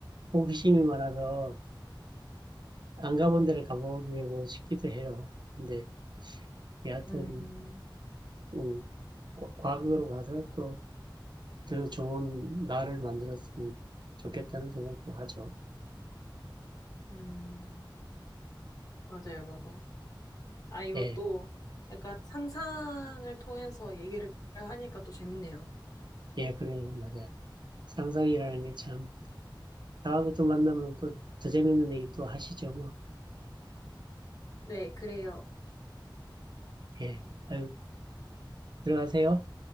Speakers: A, on the right; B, on the left.
A: 호기심이 많아서 안 가본 데를 가보고 싶기도 해요. 근데 여하튼,
B: 음,
A: 음, 과- 과거로 가서 또 더 좋은 나를 만들었으면 좋겠다는 생각도 하죠.
B: 음, 맞아요, 맞아요. 아, 이것도
A: 예,
B: 약간 상상을 통해서 얘기를 하니까 또 재밌네요.
A: 예, 그래요, 말이야. 상상이라는 게 참, 다음에 또 만나면 또 더 재밌는 얘기 또 하시죠, 뭐.
B: 네, 그래요.
A: 예, 아유, 들어가세요.